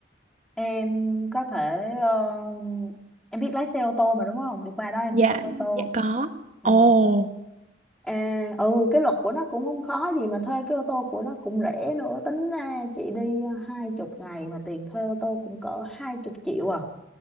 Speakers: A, in the centre; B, on the right (about 40°).
A: em có thể ờ, em biết lái xe ô tô mà đúng không đi qua đó em
B: Dạ,
A: thuê ô tô
B: dạ có.
A: ừ.
B: Ồ,
A: À, ừ cái luật của nó cũng không khó gì mà thuê cái ô tô của nó cũng rẻ nữa tính ra chị đi hai chục ngày mà tiền thuê ô tô cũng cỡ hai chục triệu à